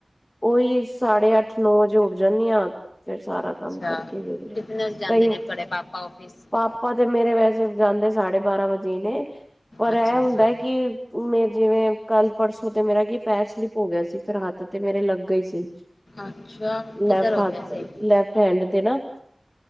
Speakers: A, on the left; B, on the left.
A: ਉਹੀ ਸਾਢੇ ਅੱਠ ਨੌ ਵਜੇ ਉੱਠ ਜਾਂਦੀ ਹਾਂ। ਫਿਰ ਸਾਰਾ
B: ਅੱਛਾ
A: ਕੰਮ ਕਰਕੇ ਵੇਲੇ
B: ਕਿਤਨੇ ਵਜੇ ਜਾਂਦੇ
A: ਕਈ
B: ਨੇ
A: ਪਾਪ
B: ਤੁਹਾਡੇ ਪਾਪਾ ਆਫਿਸ
A: ਪਾਪਾ ਤੇ ਮੇਰੇ ਵੈਸੇ ਜਾਂਦੇ ਸਾਢੇ ਬਾਰਾਂ ਵਜੇ ਹੀ ਨੇ ਪਰ
B: ਅੱਛਾ
A: ਇਹ ਹੁੰਦਾ
B: ਅੱਛਾ
A: ਕਿ ਮੇ ਜਿਵੇਂ ਕੱਲ ਪਰਸੋਂ ਤੇ ਮੇਰਾ ਕੀ ਪੈਰ ਸਲਿਪ ਹੋ ਗਿਆ ਸੀ ਫੇਿਰ ਹੱਥ ਤੇ ਮੇਰੇ ਲੱਗ ਗਈ ਸੀ।
B: ਅੱਛਾ ਕਿੱਧਰ
A: ਲੈਫਟ
B: ਹੋ
A: ਹੱਥ
B: ਗਿਆ ਸੀ।
A: ਲੈਫਟ ਹੈਂਡ ਤੇ ਨਾ